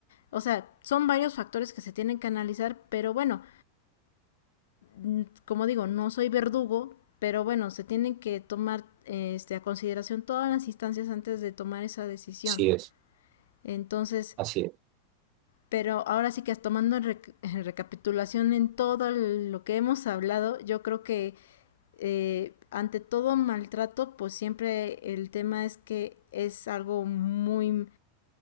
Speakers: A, on the left (about 75°); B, on the right (about 50°).
A: O sea, son varios factores que se tienen que analizar, pero bueno, mm, como digo, no soy verdugo, pero bueno, se tienen que tomar eh, este, a consideración todas las instancias antes de tomar esa decisión.
B: Así es,
A: Entonces,
B: así es.
A: pero ahora sí que tomando en rec- <laughs> en recapitulación en todo el- lo que hemos hablado, yo creo que eh, ante todo maltrato, pues siempre el tema es que es algo muy...